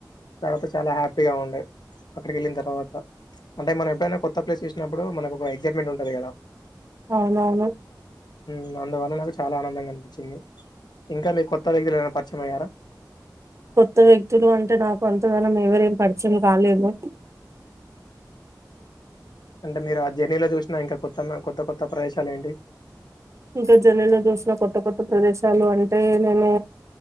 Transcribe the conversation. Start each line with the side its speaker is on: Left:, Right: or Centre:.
Left: తర్వాత, చాలా హ్యాపీగా ఉండే అక్కడికి వెళ్ళిన తర్వాత అంటే, మనం ఎప్పుడైనా కొత్త ప్లేస్ చూసినప్పుడు, మనకు ఒక ఎగ్సైట్మెంట్ ఉంటది కదా.
Right: అవునవును
Left: ఉం అందువల్ల నాకు చాలా ఆనందంగా అనిపించింది. ఇంకా మీ కొత్త దగ్గర పరిచయం అయ్యారా.
Right: కొత్త వ్యక్తులు అంటే నాకు అంతగానం ఎవరేం పరిచయం కాలేదు.
Left: అంటే మీరు ఆ జర్నీలో చూసిన ఇంకా కొత్త కొత్త కొత్త ప్రదేశ సాలేండి
Right: ఇంకా జన్నలో చూసిన కొత్త కొత్త ప్రదేశాలు అంటే నేను